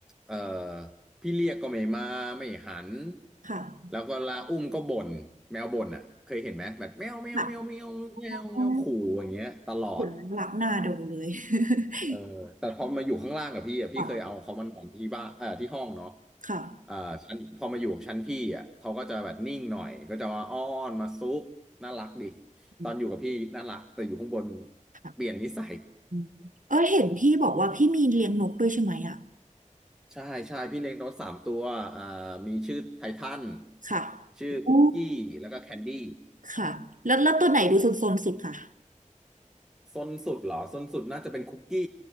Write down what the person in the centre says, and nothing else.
เออพี่เรียกก็ไม่มาไม่หัน
แล้วก็ลาอุ้มก็บ่นแมวบ่นอ่ะเคยเห็นไหมแบบแมวแมวแมวแมวแมวแมวขู่อย่างเงี้ยตลอด
เออแต่พอมาอยู่ข้างล่างกับพี่อ่ะพี่เคยเอาเขามานอนที่บ้านเอ่อที่ห้องเนาะ
อ่าชั้นพอมาอยู่ชั้นพี่อ่ะเขาก็จะแบบนิ่งหน่อยก็จะมาอ้อนมาซุกน่ารักดิ
ตอนอยู่กับพี่น่ารักแต่อยู่ข้างบน
เปลี่ยนนิสัย
ใช่ใช่พี่เลี้ยงนกสามตัวอ่ามีชื่อไททัน
ชื่อคุกกี้แล้วก็แคนดี้
ซนสุดเหรอซนสุดน่าจะเป็นคุกกี้